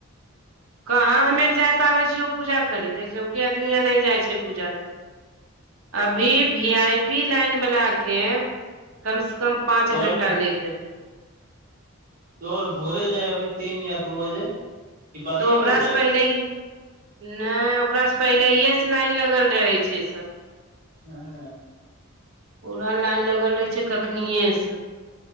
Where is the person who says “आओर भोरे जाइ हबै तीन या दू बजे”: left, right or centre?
Right